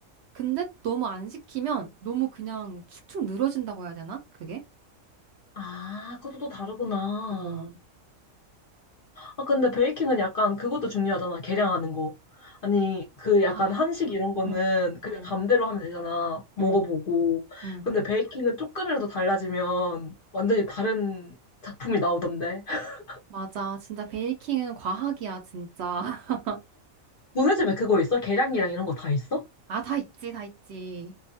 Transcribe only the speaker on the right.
근데 너무 안 식히면 너무 그냥 축축 늘어진다고 해야 되나? 그게?
어,
아,
응,
응,
응, 응.
맞아. 진짜 베이킹은 과학이야, 진짜. <laughs>
아, 다 있지, 다 있지.